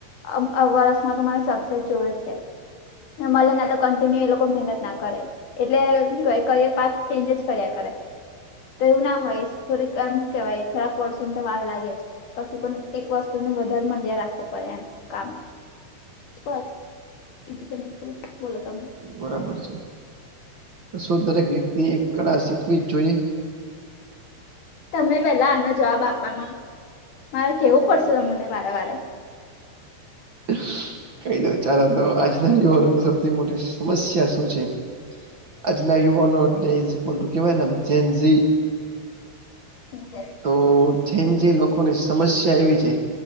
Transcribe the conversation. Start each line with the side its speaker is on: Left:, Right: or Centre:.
Left: આમ વર્ષમાં તમારે સક્સેસ જોવે છે. મલેને તો કન્ટિન્યુ એ લોકો મહેનત ના કરે. એટલે કરિયર પાક ચેન્જ જ કર્યા કરે. તો એવું ના હોય થોડીક એમ કેવાય થોડાક વર્ષોની તોર વાળ લાગે જ કશું પણ એક વસ્તુને વધારે મમાંડ્યા રાખવું પડે એમ કામ. <inaudible>
Right: બરાબર છે. તો શું દરેક વ્યક્તિ એક કળા શીખવી જ જોઈએ
Left: તમે પેલા આનો જવાબ આપવામાં મારે કેવું પડશે તમને વારે વારે.
Right: ઈશ. કહી દઉ ચાલ તો આજના યુવાનો સૌથી મોટી સમસ્યા શું છે. આજના યુવાનો એટલે ઇઝ ઇક્વલ ટુ કહેવાય એમ જેન ઝી
Left: હું કરે.
Right: તો જેન જી લોકોની સમસ્યા એવી છે